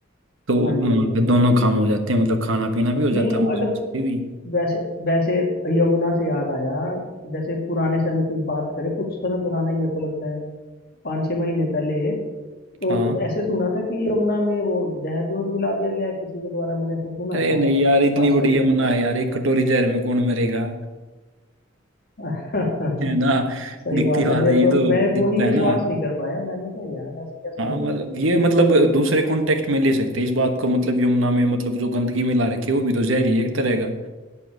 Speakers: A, on the right; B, on the left.
A: तो वहाँ
B: हाँ जी हाँ जी
A: पे
B: हाँ
A: दोनों
B: जी
A: काम हो जाते हैं मतलब खाना पीना भी हो जाता
B: नहीं
A: है मस्ती
B: अगर
A: भी
B: वैसे वैसे यमुना से याद आया जैसे पुराने समय की बात करें कुछ समय पुराना ही मेरे को लगता है पाँच छह महीने पहले तो
A: हाँ
B: ऐसे सुना था कि यमुना में वो जहर भी और मिला दिया गया है किसी के द्वारा मैंने ऐसे सुना
A: अरे
B: था
A: नहीं यार इतनी
B: पास
A: बड़ी
B: टाइम
A: यमुना
B: में
A: है यार एक कटोरी जहर में कौन मरेगा
B: <laughs>
A: है ना
B: सही
A: दिखती
B: बात
A: बात
B: है मेरे
A: ये
B: को
A: तो
B: मैं
A: दिखता
B: वो ही
A: है
B: विश्वास
A: ना
B: नहीं कर पाया मैंने कहा यार ऐसा कैसे
A: हाँ
B: हो
A: मतलब
B: गया
A: ये मतलब दूसरे कॉन्टेक्स्ट में ले सकते हैं इस बात को मतलब यमुना में मतलब जो गंदगी मिला रखी है वो भी तो जहर ही है एक तरह का